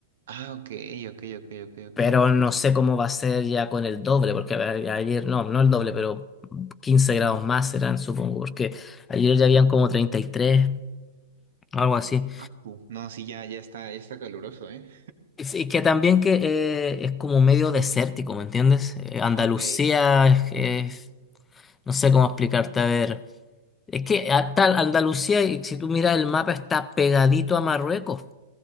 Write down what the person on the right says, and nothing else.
Ah, ok, ok, ok, ok, ok.
Ah, su. No, sí, ya, ya está, ya está caluroso, ¿eh?
Ok.